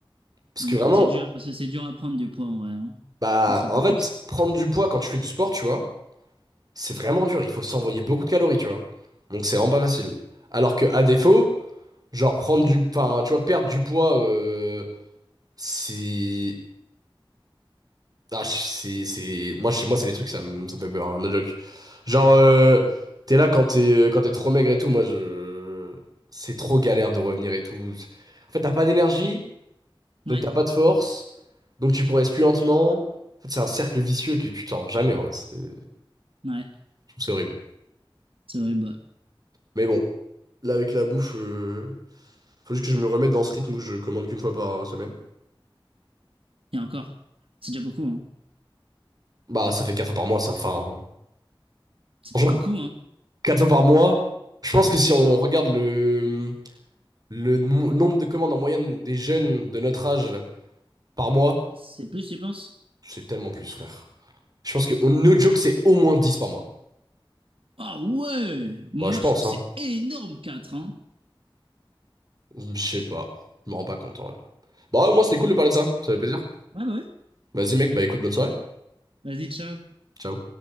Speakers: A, on the right; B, on the right.
A: Parce
B: Mm.
A: que vraiment,
B: C'est dur, parce que c'est dur à prendre du poids en vrai. hein.
A: bah
B: On se rend
A: en
B: pas
A: fait,
B: compte.
A: prendre du poids quand tu fais du sport, tu vois, c'est vraiment dur. Il faut s'envoyer beaucoup de calories, tu vois. Donc c'est vraiment pas facile. Alors que à défaut, genre prendre du. Enfin, tu vois, perdre du poids, euh, c'est. Ah, c'est, c'est... Moi, chez moi, c'est des trucs, ça me, ça me fait peur, hein, no joke. Genre, euh, t'es là quand t'es, euh, quand t'es trop maigre et tout, moi, je... C'est trop galère de revenir et tout. En fait, t'as pas d'énergie,
B: Ouais,
A: donc t'as pas de force, donc tu progresses plus lentement. En fait, c'est un cercle vicieux que tu t'en rends jamais, en vrai. C'est- Je
B: ouais,
A: trouve ça horrible.
B: c'est vrai. Bah.
A: Mais bon, là, avec la bouffe, euh, faut juste que je me remette dans ce rythme où je commande qu'une fois par semaine.
B: Et encore, c'est déjà beaucoup. Hein.
A: Bah, ça fait quatre fois par mois, ça. Enfin,
B: C'est
A: franchement,
B: beaucoup, hein.
A: quatre fois par mois, je pense que si on regarde le... Le nom- nombre de commandes en moyenne des jeunes de notre âge par mois,
B: C'est plus, tu penses?
A: c'est tellement plus, frère. Je pense que, on- no joke, c'est au moins 10 par mois.
B: Ah ouais! Moi,
A: Bah, je pense,
B: je trouve que
A: hein.
B: c'est énorme, 4 hein.
A: Je sais pas. Je me rends pas compte, en vrai. Bah, au moins, c'était cool de parler de ça. Ça fait plaisir.
B: Ouais, bah ouais.
A: Vas-y, mec, bah écoute, bonne soirée.
B: Vas-y, ciao.
A: Ciao.